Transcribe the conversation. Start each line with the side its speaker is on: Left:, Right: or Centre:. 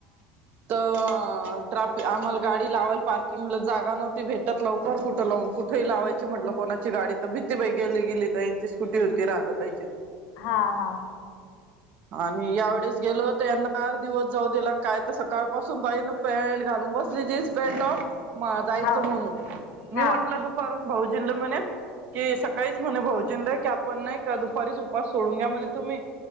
Right: तर् आम्हाला गाडी लावाल पार्किंगला जागा नव्हती भेटत लवकर कुठं लावून कुठेही लावायची म्हटलं कोणाची गाडी, तर भीती गेली गेली तर यांची स्कुटी होती राधा ताईची.
Left: हा हा हा हा हा
Right: आणि यावेळेच गेलो त्यांना आड दिवस जाऊ दिला काय तर सकाळ पासून बाईन पॅन्ट घालून बसली जीन्स पॅन्ट टॉप, जायचं
Left: हा हा
Right: म्हणून. मी
Left: हा
Right: म्हटलं
Left: हा
Right: दुपारून भाऊजील म्हणे कि सकाळीच म्हणे भाऊजीन ला, की आपण नाही का दुपारीच उपवास सोडून घ्या म्हणे तुम्ही,